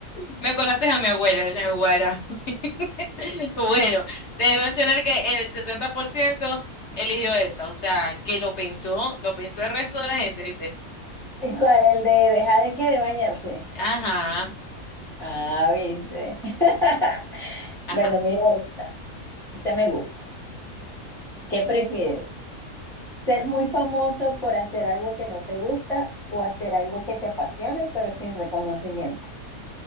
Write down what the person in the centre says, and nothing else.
¿Y cuál? ¿El de dejar de qué? De bañarse.
Ah, viste. <laughs>
Bueno, mira esta. Esta me gusta. ¿Qué prefieres? ¿Ser muy famoso por hacer algo que no te gusta o hacer algo que te apasione pero sin reconocimiento?